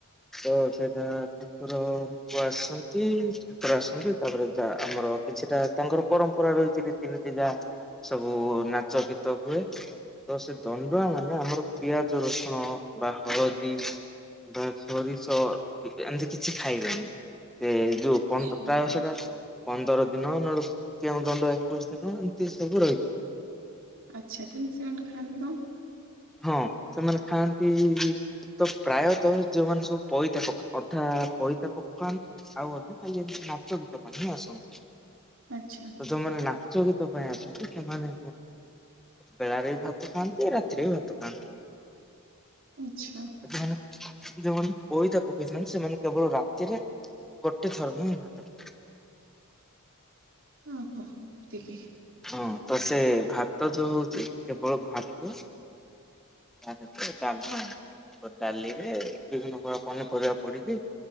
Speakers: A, in the centre; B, on the right.
A: ତ ସେଟା ଠାକୁର ଙ୍କୁ ଆସନ୍ତି। ଠାକୁର ଆସନ୍ତି, ତାପରେ ଯା ଆମର କିଛିଟା ତାଙ୍କର ପରମ୍ପରା ରହିଛି ରୀତିନୀତି ଯାହା ସବୁ ନାଚ ଗୀତ ହୁଏ। ତ ସେ ଦଣ୍ଡୁଆ ମାନେ ଆମର ପିଆଜ ରସୁଣ ବା ହଳଦୀ ବା ସୋରିଷ ଏମିତି କିଛି ଖାଇବାନି, ସେ ଯୋଉ
B: ଆଚ୍ଛା
A: ପ୍ରାୟ ସେଟା ପନ୍ଦର ଦିନ ନ କେଉଁ ଦଣ୍ଡ ଏକୋଇଶି ଦିନ ଏମିତି ସବୁ ରହି
B: ଆଛା, ତାହେଲେ ସେମାନେ ଖାଆନ୍ତି କଣ?
A: ହଁ, ସେମାନେ ଖାଆନ୍ତି ତ ପ୍ରାୟତଃ ଯଉମାନେ ସବୁ ପଇତା ପକାନ୍ତି, ଅଧା ପଇତା ପକାନ୍ତି ଆଉ ଅଧା ଖାଲି ଏମିତି ନାଚ ଗୀତ ପାଇଁହିଁ ଆସନ୍ତି।
B: ଆଛା।
A: ତ ଯୋଉମାନେ ନାଚ ଗୀତ ପାଇଁ ଆସନ୍ତି, ସେମାନେ ବେଳାରେ ବି ଭାତ ଖାଆନ୍ତି, ରାତିରେ ବି ଭାତ ଖାଆନ୍ତି।
B: ଆଛା।
A: ଏଠି ମାନେ ଯୋଉମାନେ ପଇତା ପକେଇଥାନ୍ତି, ସେମାନେ କେବଳ ରାତିରେ ଗୋଟେ ଥର ହିଁ ଭାତ
B: ଅ ହ ଏତିକି।
A: ହଁ ତ ସେ ଭାତ ଯୋଉ ହଉଛି କେବଳ ଭାତ ସେଥିରେ ଡାଲମା ଡାଲିରେ ବିଭିନ୍ନ ପ୍ରକାର ପନିପରିବା ପଡିଛି